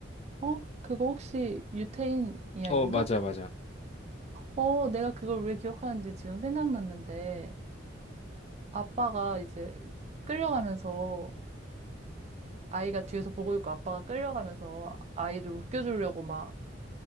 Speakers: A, on the right; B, on the left.
A: 어, 그거 혹시 유태인 이야기인가?
B: 어 맞아 맞아.
A: 어, 내가 그걸 왜 기억하는지 지금 생각났는데, 아빠가 이제 끌려가면서, 아이가 뒤에서 보고 있고 아빠가 끌려가면서 아이를 웃겨주려고 막